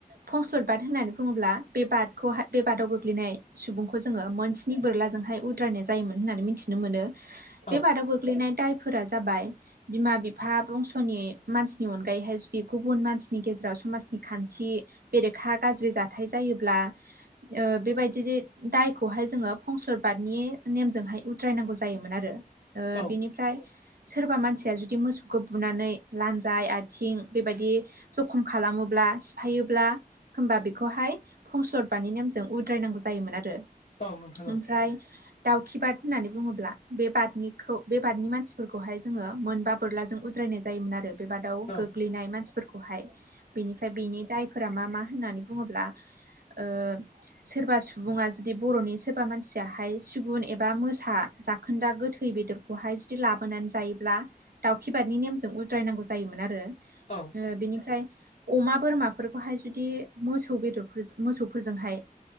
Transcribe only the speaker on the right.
फंस्लद बाद होननानै बुङोब्ला बे बादखौहाय बे बादाव गोग्लैनाय सुबुंखौ जोङो मोनस्नि बोरलाजोंहाय उद्रायनाय जायोमोन होननानै मिथि ननो मोनो।
बे बादाव गोग्लैनाय दायफोरा जाबाय बिमा बिफा बंस'नि मानसिनि अनगायैहाय जुदि गुबुन मानसिनि गेजेराव समाज नि खान्थि बेरेखा गाज्रि जाथाय जायोब्ला बेबायदि दायखौहाय जोङो फंसलर बादनि नेमजोंहाय उद्रायनांगौ जायोमोन आरो।
बेनिफ्राय सोरबा मानसिया जुदि मोसौ <unintelligible> बुनानै लजाय आथिं बेबादि जखम खालामो ब्ला सिफायोब्ला होमबा बेखौहाय फंस्लदबानि नेमजों उद्रायनांगौ जायोमोन आरो।
ओमफ्राय दाउखि बाद होननानै बुङोब्ला बे बादनिखौ बे बादनि मानसिफोरखौहाय जोङो मोनबा बोरलाजों उद्रायनाय जायोमोन आरो बेबादाव
गोग्लैनाय मानसिफोरखौहाय बेनिफ्राय बिनि दायफोरा मा मा होननानै बुङोब्ला ओ सोरबा सुबुङा जुदि बर'नि सोरबा मानसियाहाय सिगुन एबा मोसा जाखोन्दा गोथै बेदरखौहाय जुदि लाबोनानै जायोब्ला दावखि बादनि नेमजों उद्रायनांगौ जायोमोन आरो।
बेनिफ्राय अमा बोरमाफोर खौहाय जुदि मोसौ बेदरफोर मोसौफोर जोंहाय